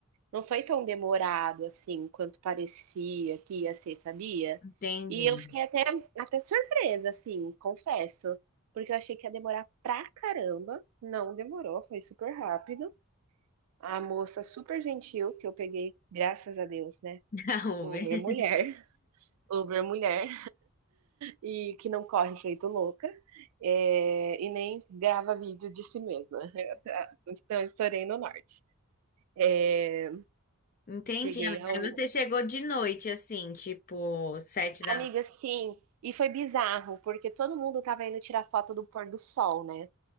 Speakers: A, on the right (about 70°); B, on the left (about 40°).
A: Não foi tão demorado, assim, quanto parecia que ia ser, sabia?
B: entendi.
A: E eu fiquei até até surpresa, assim, confesso, porque eu achei que ia demorar pra caramba, não demorou, foi super rápido. A moça super gentil, que eu peguei, graças a Deus, né,
B: Da <laughs>
A: Uber
B: Uber.
A: mulher, <laughs> Uber mulher, e que não corre feito louca, eh, e nem grava vídeo de si mesma. <laughs> Então estourei no norte. Eh,
B: Entendi,
A: peguei
B: amiga.
A: a
B: Aí
A: u
B: você chegou de noite, assim, tipo, sete da
A: Amiga,
B: noite.
A: sim. E foi bizarro, porque todo mundo estava indo tirar foto do pôr do sol, né?